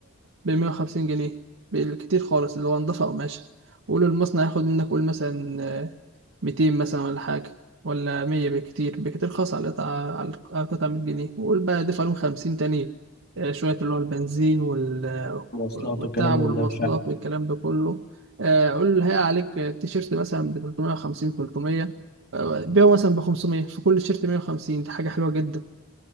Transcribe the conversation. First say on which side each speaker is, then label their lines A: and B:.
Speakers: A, on the right (about 60°); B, on the left (about 45°).
A: ب 150 جنيه بالكتير خالص اللي هو نضافة قماش قول المصنع ياخد منك قول مثلا آه، 200 مثلا ولا حاجة ولا 100 بكتير بكتير خاص على القطعة على القطعة 100 جنيه وقول بقى دفع لهم 50 تاني آه، شوية اللي هو البنزين وال...
B: مواصلات
A: والتعب
B: وكلام من
A: والمواصلات
B: ده مش عارف
A: والكلام ده كله آه، قول هي عليك تيشيرت مثلا ب 350 300 آه، بيعه مثلا ب 500 في كل تيشيرت 150 دي حاجة حلوة جدا